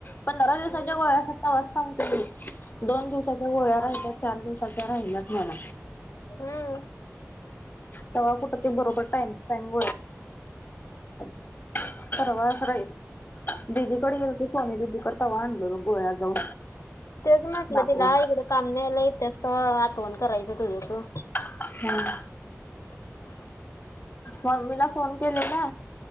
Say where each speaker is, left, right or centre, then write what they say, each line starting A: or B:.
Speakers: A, on the left; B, on the left.
A: पंधरा दिवसाच्या
B: हम्म.
A: गोळ्या आस तवाच सांगतोय मी दोन दिवसाच्या गोळ्या राहिल्यात, चार दिवसाच्या राहिल्यात म्हणून.
B: हम्म
A: तव्हा कुठ ते बरोबर टाइम टाइम <unintelligible> परवा राई दिदीकडे गेलतो सोनी दीदीकड. तव्हा आणलोय ब गोळ्या जाऊन
B: तेच म्हटलं
A: दाखवून
B: तिला इकडं काम न्हायला येतीयास तव्हा आठवण करायचं तुझ्या तू.
A: हम्म.
B: <inaudible>
A: मम्मीला फोन केलेला